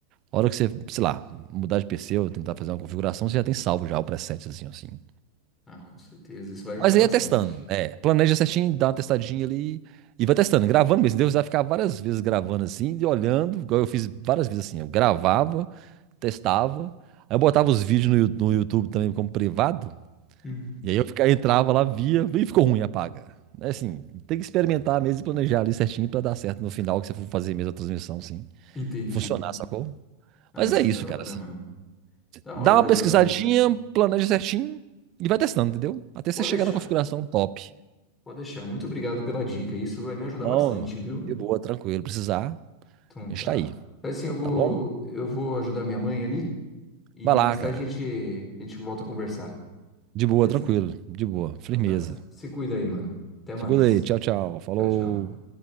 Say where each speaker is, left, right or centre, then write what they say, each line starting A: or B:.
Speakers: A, on the right; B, on the left.
A: A hora que você, sei lá, mudar de PC ou tentar fazer uma configuração, você já tem salvo já o presetzinho assim. assim.
B: Ah, com certeza. Isso vai ajudar
A: Mas
B: bastante.
A: aí é testando, é. Planeja certinho, dá uma testadinha ali e vai testando, gravando mesmo. Deus vai ficar várias vezes gravando assim e olhando, igual eu fiz várias vezes assim. Eu gravava, testava, aí eu botava os vídeos no, Yu- no YouTube também como privado,
B: hum.
A: e aí eu ficava, entrava lá, via, e ficou ruim, apaga. É assim, tem que experimentar mesmo e planejar ali certinho pra dar certo no final que você for fazer mesmo a transmissão, assim,
B: Entendi.
A: funcionar, sacou?
B: Ah,
A: Mas
B: mas
A: é
B: que
A: isso,
B: da hora,
A: cara. assim.
B: mano. Da
A: Dá
B: hora,
A: uma pesquisadinha,
B: Giovana.
A: planeja certinho e vai testando, entendeu? Até
B: Pode
A: você chegar
B: deixar.
A: na configuração top.
B: Pode deixar. Muito obrigado pela dica. Isso vai me ajudar
A: Não,
B: bastante, viu?
A: de boa, tranquilo. Precisar,
B: Então
A: a
B: tá.
A: gente tá aí,
B: Faz assim, eu vou,
A: tá bom?
B: eu vou ajudar minha mãe ali. E
A: Vai lá,
B: mais tarde
A: cara.
B: a gente, a gente volta a conversar.
A: De boa,
B: Firmeza?
A: tranquilo. De boa, firmeza.
B: Então tá. Se cuida aí, mano. Até mais.
A: Se cuida aí. Tchau, tchau. Falou.
B: Tchau, tchau.